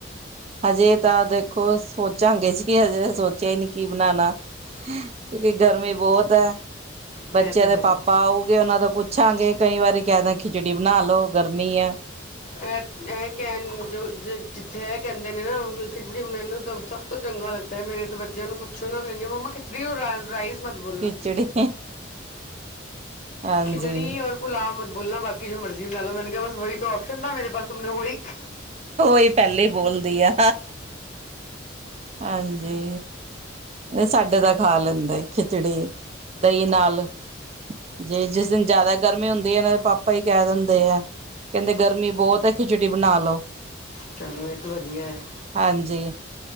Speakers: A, on the right (about 35°); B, on the left (about 40°).
A: ਹਜੇ ਤਾਂ ਦੇਖੋ ਸੋਚਾਂਗੇ ਜੀ ਹਜੇ ਤੇ ਸੋਚ ਚੇਆ ਨੀ ਕੀ ਬਨਾਨਾ, ਕਿਉਂਕਿ ਗਰਮੀ ਬੌਤ ਪੈ ਬੱਚਿਆਂ
B: ਇਹ ਤਾਂ ਹੈ
A: ਦੇ ਪਾਪਾ ਆਊਗੇ ਔਨਾਂ ਤੋਂ ਪੁੱਛਾਂਗੇ। ਕਈ ਵਾਰੀ ਕੈ ਦੇਆ ਖਿਚੜੀ ਬਣਾ ਲੋ, ਗਰਮੀ ਐ।
B: ਐ ਐ ਕੈਣ ਜੋ ਜ ਜਿੱਥੇ ਐ ਕੈਣ ਦੇਨੇ ਨਾ ਵੀ ਖਿਚਬੜੀ ਮੈਨੂੰ ਤਾਂ ਸਭ ਤੋਂ ਚੰਗਾ ਲੱਗਦੈ, ਮੇਰੇ ਤੇ ਬੱਚਿਆਂ ਨੂੰ ਪੁੱਛੋ ਨਾ ਕਏਗੇ ਮੰਮਾ ਖਿਚੜੀ ਔਰ ਰਾਈ ਰਾਈਸ ਮਤ
A: ਖਿਚੜੀ
B: ਬੋਲਣਾ,
A: ਹਾਂਜੀ
B: ਖਿਚੜੀ ਔਰ ਪੁਲਾਵ ਮਤ ਬ ਬੋਲਣਾ ਬਾਕੀ ਜੋ ਮਰਜੀ਼ ਗਾਲੋ ਬਣ ਗਿਆ ਬਸ ਵਹੀ ਤੋਂ ਔ ਨਾ ਮੇਰੇ ਪਾਸ ਤੁਮਣੇ ਵਹੀਕ
A: ਓਹੀ ਪੈਲੇ ਈ ਬੋਲਦੀ ਐ, ਹਾਂਜੀ। ਸਾਡੇ ਤਾ ਖਾ ਲੈਂਦ ਖਿਚੜੀ ਦਈਂ ਨਾਲ। ਜੇ ਜਿਸ ਦਿਨ ਜੈਦਾ ਗਰਮੀ ਹੁੰਦੀ ਏ ਐਨਾ ਦੇ ਪਾਪਾ ਈ ਕੈ ਦਿੰ ਦੇ ਆ ਕੈੰਦੇ ਗਰਮੀ ਬੌਤ ਐ, ਖਿਚੜੀ ਬਣਾ ਲਓ।
B: ਚਲੋ ਏ ਤੇ ਵਧੀਐ ਹੈ।
A: ਹਾਂਜੀ,